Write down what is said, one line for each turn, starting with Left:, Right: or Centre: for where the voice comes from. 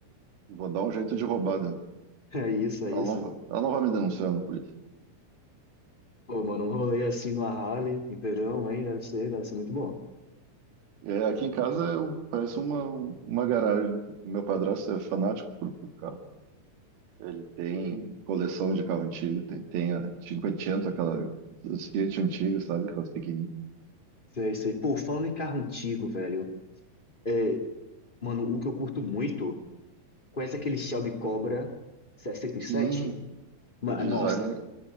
Right: Vou dar um jeito de roubar dela.
Left: É isso, é
Right: Ela
Left: isso.
Right: não vai, ela não vai me denunciar na polícia.
Left: Pô, mano, um rolê assim numa Harley, em verão, hein? Deve ser, deve ser muito bom.
Right: É, aqui em casa eu- parece uma, uma garagem. Meu padrasto é fanático por, por carro. Ele tem coleção de carro antigo, tem, tem a 500, aquela os Fiat antigas, sabe? Aquelas pequenininhas.
Left: É isso aí. Pô, falando em carro antigo, velho. É, mano, o que eu curto muito. Conhece aquele Shelby Cobra 67?
Right: Sim,
Left: Ma-
Right: o design
Left: Nossa,